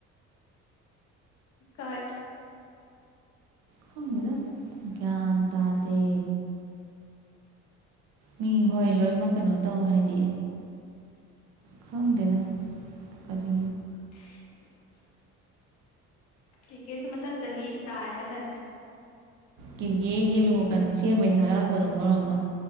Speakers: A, on the left; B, on the right.
A: ꯀꯥꯏ
B: ꯈꯣꯡꯒꯦꯗ ꯒ꯭ꯌꯥꯟ ꯇꯗꯦ ꯃꯤ ꯍꯣꯏ ꯂꯣꯏꯃꯛ ꯀꯩꯅꯣ ꯇꯧ ꯍꯥꯏꯗꯤ ꯈꯪꯗꯦꯗ ꯀꯔꯤ
A: <unintelligible> ꯀ꯭ꯔꯤꯀꯦꯁꯦ ꯃꯊꯪ ꯆꯍꯤ ꯇꯥꯔꯦ ꯍꯥꯏꯗꯥꯏꯅꯦ
B: ꯀꯦꯒꯦ ꯒꯤ ꯂꯨꯍ ꯀꯩꯅꯨ ꯁꯦꯝꯕꯩ ꯊꯥꯒꯠꯂꯛꯄꯗꯨꯅ ꯃꯔꯣꯟ ꯑꯃ